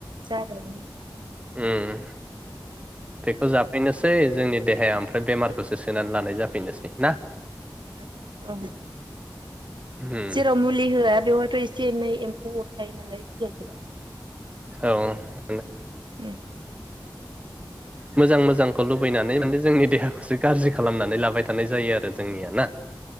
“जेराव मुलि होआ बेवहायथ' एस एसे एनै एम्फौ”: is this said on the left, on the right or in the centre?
Right